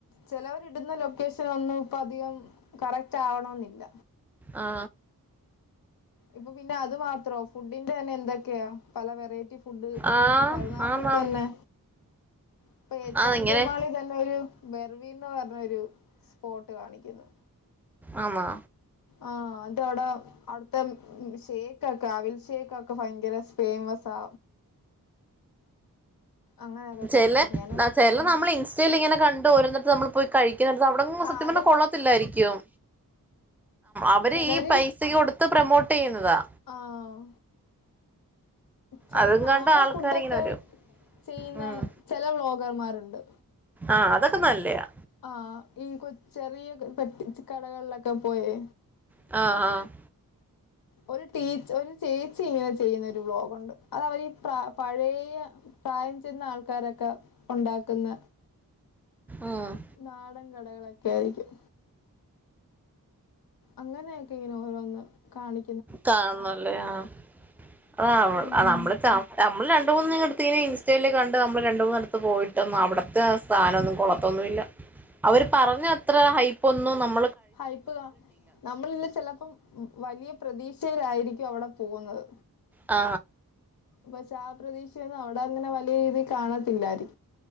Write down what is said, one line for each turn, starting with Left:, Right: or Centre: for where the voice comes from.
Left: ചെലവരിടുന്ന ലൊക്കേഷൻ ഒ ന്നും ഇപ്പ അധികം കറക്റ്റ് ആവണോ ന്നില്ല
Centre: ആ
Left: ഇപ്പൊ പിന്നെ അത് മാത്രോ ഫുഡിന്റെ തന്നെ എന്തൊക്കെയാ പല വെറൈറ്റി ഫുഡ്
Centre: ആഹ്
Left: കരുനാപ്പിൽ
Centre: ആന്നാന്ന്
Left: തന്നെ ഇപ്പൊ എച്ചാഞ്ചേമാളി
Centre: ആഹ് ഇങ്ങനെ
Left: തന്നെ ഒരു വെ വീന്ന് പറഞ്ഞൊരു സ്പോട്ട് കാണിക്കുന്നു
Centre: ആമാ
Left: ആ അത് അവിടെ അവിടുത്തെ ഷേക്ക് ഒക്കെ അവിൽഷേക്ക് ഒക്കെ ഭയങ്കര ഫേമസാ അങ്ങനെയൊക്കെ
Centre: ചില
Left: കാണിക്കുന്നെ ഞാന്
Centre: ചില നമ്മൾ ഇൻസ്റ്റയിൽ ഇങ്ങനെ കണ്ട് ഓരൊ ന്നും നമ്മൾ പോയി കഴി ക്ക്ന്നട്ത് അവിടെ
Left: ആഹ്
Centre: സത്യം പറഞ്ഞാൽ
Left: അത്
Centre: കൊള്ളത്തില്ലായിരിക്കും അവര്
Left: ചെലര്
Centre: ഈ പൈസക്ക് കൊടുത്ത് പ്രമോട്ട് ചെയ്യുന്നതാ
Left: ആഹ് ചെല
Centre: അതും
Left: നാടൻ
Centre: കണ്ട് ആൾക്കാരിങ്ങനെ
Left: ഫുഡൊക്കെ
Centre: വരും
Left: ചെയ്യുന്ന
Centre: ഉം
Left: ചെല ബ്ലോഗർമാരുണ്ട്
Centre: ആഹ് അതൊക്കെ നല്ല യാ
Left: ആ ഈ കൊച്ച് ചെറിയ പെട്ടി കടകളിലൊക്കെ പോയേ
Centre: ആ ആ
Left: ഒരു ടീ ഒരു ചേച്ചി ഇങ്ങനെ ചെയ്യുന്ന ഒരു ബ്ലോഗുണ്ട് അതവർ പ്ര പഴയ പ്രായം ചെന്ന ആൾക്കാരൊക്കെ ഉണ്ടാക്കുന്ന
Centre: ഉം
Left: നാൾ കടകളൊക്കെ ആയിരിക്കും അങ്ങനെയൊക്കെ ഓരോന്ന് കാണി
Centre: കൺന്നുല്ലേ ആ അ
Left: ഉം
Centre: നമ്മള ച നമ്മള് രണ്ട മൂന്ന് <unintelligible> ഇൻസ്റ്റയിൽ കണ്ടു നമ്മൾ രണ്ട മൂന്നടത്ത് പോയിട്ടൊന്നും അവിടുത്തെ സ്ഥാനം ഒന്നും കൊളത്തൊന്നുല്ല അവര് പറഞ്ഞത്ര ഹൈപ്പ ഒന്നും നമ്മ
Left: ഹയപ്പു കണും നമ്മളന്ന് ചെലപ്പം വലിയ പ്രതീക്ഷ രിക്കും അവിടെ പോന്നത്
Centre: ആ
Left: പ ചാ ആ പ്രതീക്ഷ അവിടെ അങ്ങനെ വലിയ രീതി കാണത്തില്ലായിരി